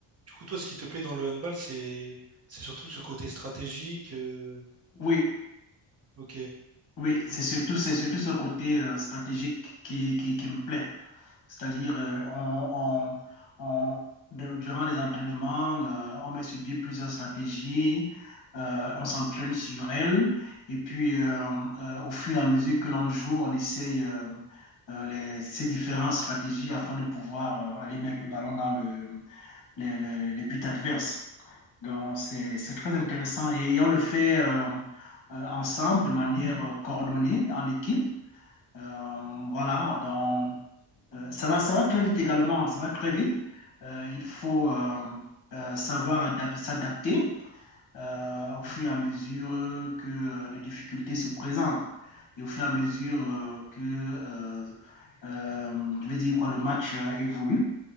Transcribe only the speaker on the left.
Oui,
oui, c'est
surtout, c'est surtout ce côté euh, stratégique qui, qui, qui me plaît. C'est-à-dire, euh, on, on, on- de- durant les entraînements, euh, on met sur pied plusieurs stratégies, euh, on s'entraîne sur elles, et puis euh, euh, au fur et à mesure que l'on joue, on essaye euh, euh, les- ces différentes stratégies afin de pouvoir euh, aller mettre le ballon dans le, les, les- les buts adverses. Donc, c'est, c'est très intéressant et on le fait euh, euh, ensemble de manière euh, coordonnée, en équipe. Euh, voilà, donc. Euh, ça va, ça va très vite également, ça va très vite. Euh, il faut euh, euh, savoir adap- s'adapter euh, au fur et à mesure que euh, les difficultés se présentent et au fur et à mesure euh, que euh, euh, je vais dire quoi, le match euh, évolue.